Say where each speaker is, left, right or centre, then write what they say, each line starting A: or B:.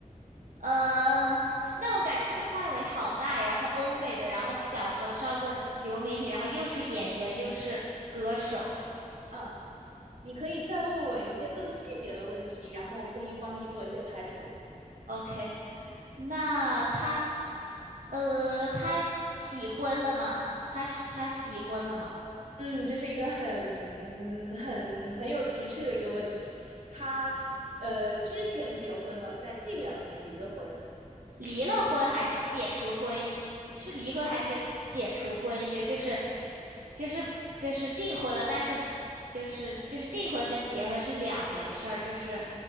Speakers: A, on the right; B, on the right.
A: 呃，那我感觉这个范围好大呀。然后欧美的，然后小时候上过流媒体，然后又是演员又是歌手。
B: 嗯。你可以再问我一些更细节的问题，
A: 嗯
B: 然后我可以帮你做一些排除。
A: OK，那他，呃，他已婚了吗？他是他是已婚了吗？
B: 嗯，这是一个很嗯很很有提示的一个问题。他呃之前结婚了，在近两年离的婚。
A: 离了婚还是解除婚姻是离婚还是解除婚约？就是就是就是订婚了，但是就是就是订婚跟结婚是两回事儿，就是